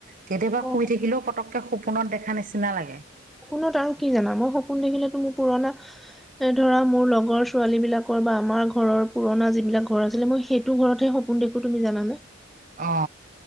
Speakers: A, on the right; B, in the centre.
A: কেতিয়াবা
B: মই
A: শুই থাকিলেও পতক সপোনত দেখা নিচিনা লাগে।
B: সপোনত আৰু কি জানা মই সপোন দেখিলেতো মোৰ পুৰণা এ ধৰা মোৰ লগৰ ছোৱালী বিলাকৰ বা আমাৰ ঘৰৰ পুৰণা যিবিলাক ঘৰ আছিলে মই সেইটো ঘৰতহে সপোন দেখো তুমি জানে
A: অ